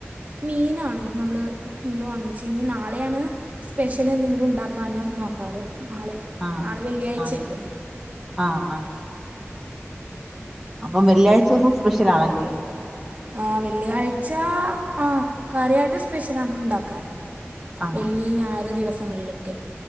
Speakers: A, on the right (about 35°); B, in the centre.
A: മീനാണ് നമ്മ്ള് ഇന്ന് വാങ്ങിച്ച് ഇനി നാളെയാണ് സ്പെഷ്യല് എന്തെങ്കിലും ഉണ്ടാക്കാന് നോക്കാറ് നാളെ
B: ആഹ്
A: നാളെ വെള്ളിയാഴ്ചയല്ലേ
B: ആഹ് ആഹ് ആഹ് അപ്പം വെള്ളിയാഴ്ചസം സ്പെഷ്യലാണല്ലേ?
A: ആഹ് വെള്ളിയാഴ്ച ആഹ് കാര്യയായിട്ട് സ്പെഷ്യലാണ് ഉണ്ടാക്കാറ്
B: ആ
A: വെള്ളി ഞായറ് ദിവസങ്ങളിലൊക്കെ